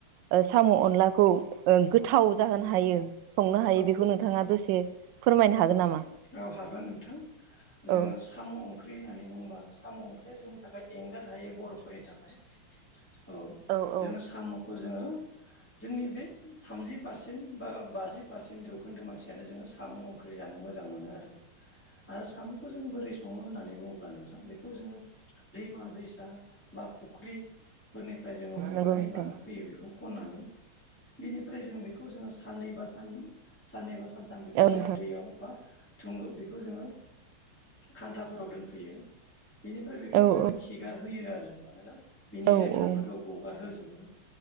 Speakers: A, on the right (about 75°); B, in the centre.
A: ओ साम' अनलाखौ ओ गोथाव जाहोनो हायो। संनो हायो
B: औ
A: बेखौ नोंथाङा दसे फोरमायनो हागोन नामा?
B: औ हागोन नोंथां जोङो
A: औ
B: साम' ओंख्रि होननानै बुंङोबा साम' ओंख्रिया जोंनि थाखाय एंगार हायि बर'फोरनि थाखाय। औ
A: औ
B: जोङो साम'खौ जोङो जोंनि बे थामजि पारसेन्ट बा बाजि पारसेन्ट जौखोन्दो मानसियानो जोङो साम' ओंख्रि जानो मोजां मोजां मोनो आरो आरो साम'खौ जों बोरै सङो होननानै बुङोब्ला नोंथां बेखौ जोङो दैमा दैसा बा फुख्रिफोरनिफ्राय जोङो हमनानै
A: नंगौ नोंथां
B: लाना फैयो बेखौ। खननानै बिनिफ्राय जों बेखौ जोङो साननैबा सान साननैबा सान दा बेखौ
A: औ
B: जोङो
A: नोंथां
B: दैयाव बा थुंग बेखौ जोङो खान्थाफोराव दोनफैयो। बेनिफ्राय बेखौ
A: औ
B: जोङो
A: औ
B: खिगार होयो आरो मानोना बिनि
A: औ
B: लेथ्राफोरखौ
A: उम
B: गगार होजोबो